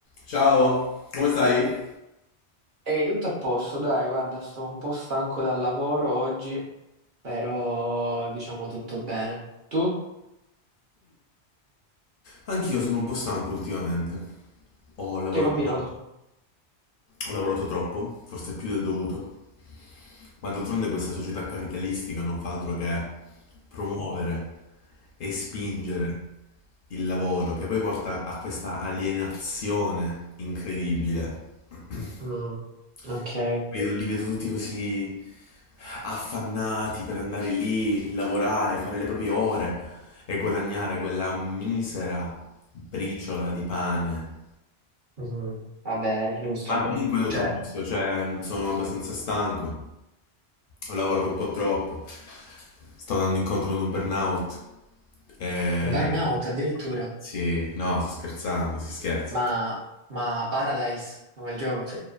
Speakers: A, on the left; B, on the right.
A: Ciao, come stai?
B: Ehi, tutto a posto, dai, guarda, sto un po' stanco dal lavoro oggi, però diciamo tutto bene. Tu?
A: Anch'io sono un po' stanco ultimamente. Ho lavorato
B: Che hai combinato?
A: troppo. Ho lavorato troppo, forse più del dovuto. Ma d'altronde questa società capitalistica non fa altro che promuovere e spingere il lavoro, che poi porta a questa alienazione incredibile. <clears throat>
B: Mm, ok,
A: Vedo- li vedo tutti così affannati per andare lì, lavorare, fare le proprie ore e guadagnare quella misera briciola di pane
B: Mm, vabbè, è giusto,
A: ma
B: com-
A: comunque tutto
B: cioè,
A: a posto, cioè sono abbastanza stanco, ho lavorato un po' troppo, sto andando incontro a un burnout. E...
B: un burnout addirittura,
A: Sì, no, sto scherzando, si scherza.
B: ma, ma Paradise, come il gioco? <laughs>